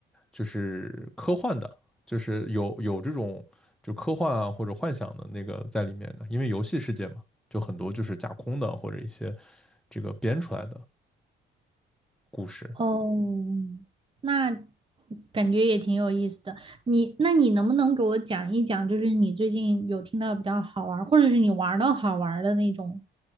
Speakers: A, in the centre; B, on the right.
A: 就是科幻的，就是有有这种就科幻啊或者幻想的那个在里面的，因为游戏世界嘛，就很多就是架空的或者一些这个编出来的。故事。
B: 哦，那感觉也挺有意思的。你，那你能不能给我讲一讲，就是你最近有听到比较好玩儿，或者是你玩的好玩儿的那种